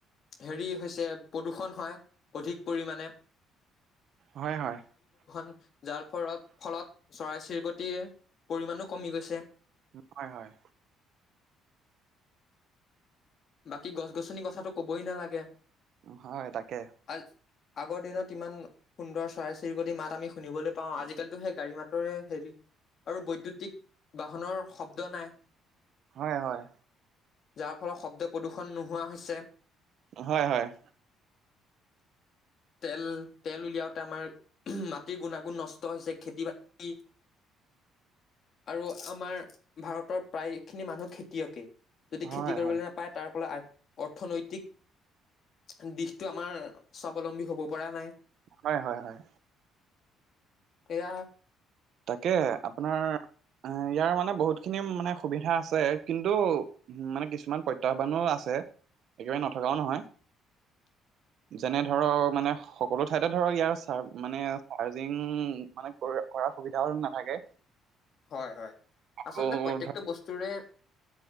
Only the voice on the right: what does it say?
হয় হয়।
ন হয়।
হয় তাকে।
হয় হয়
হয় হয়
হয়
হয়
হয় হয় হয়।
তাকে আপোনাৰ অ ইয়াৰ মানে বহুত খিনি মানে সুবিধা আছে। কিন্তু মানে কিছুমান প্ৰত্যাহ্বানো আছে। একেবাৰে নথকাও নহয়।
যেনে ধৰক মানে সকলো ঠাইতে ধৰক ইয়াৰ চ মানে চাৰ্জিং মানে কৰা সুবিধাও নাথাকে।
আকৌ
ধৰ